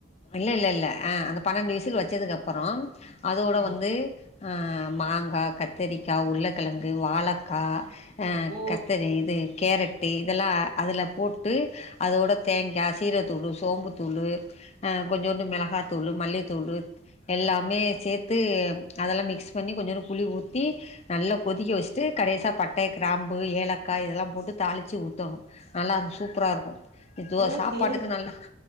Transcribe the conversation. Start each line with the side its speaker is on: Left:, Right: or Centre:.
Left: இல்ல இல்ல இல்ல ஆஹ அந்த பன்னெண்டு வயசுல வச்சதுக்கு அப் ப்பறம் அதோட
Right: ஆ
Left: வந்து ஹ மாங்கா கத்திரிக்காய் உருலக்கிழங்கு வாழக்காய் ஹ
Right: ஓ
Left: கத்தரி இது கேரட்டு இதெல்லாம் அதில போட்டு அதோட தேங்கா சீரத்தூளு சோம்புத்தூளு ஹ கொஞ்சோண்டு மிளகாத்தூளு மல்லித்தூளு எல்லாமே சேத்து அதெலாம் மிக்ஸ் பண்ணி கொஞ்சுண்டு புளி ஊத்தி நல்லா கொதிக்க வச்சுட்டு கடைசா பட்டெ கிராம்பு ஏலக்கா இதெல்லாம் போட்டு தாளித்து ஊத்தொனு நல்லாக்கும் சூப்பராக இருக்கும் இதுவா
Right: ஓ
Left: சாப்பாட்டுக்கு
Right: சேரிங்
Left: நல்ல